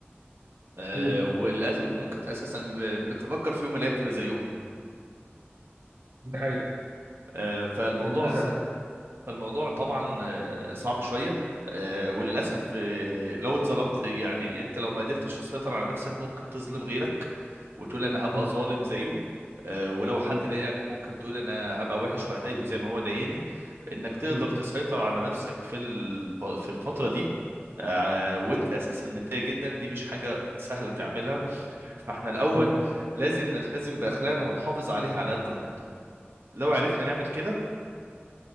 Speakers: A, on the right; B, on the right.
A: آه
B: مم.
A: وللاسف وممكن اساسا بتفكر فيهم الايام تبقى زيهم
B: ده حقيقي
A: آه فالموضوع
B: للاسف
A: صعب
B: ده
A: فالموضوع طبعا آه، صعب شويه آه، وللاسف آه، لو اتظلمت يعني انت لو ما قدرتش تسيطر على نفسك ممكن تظلم غيرك وتقول انا هبقى
B: مم.
A: ظالم زيه آه، ولو حد
B: مم.
A: ضايقك ممكن تقول انا هبقى وحش وهضايقه زي ما هو ضايقني انك تقدر
B: مم.
A: تسيطر على نفسك في الف- في الفتره دي آه، وانت اساسا متضايق جدا دي مش حاجه سهله تعملها فاحنا الاول
B: مم.
A: لازم نلتزم باخلاقنا ونحافظ عليها على قد ما نقدر لو عرفنا نعمل كده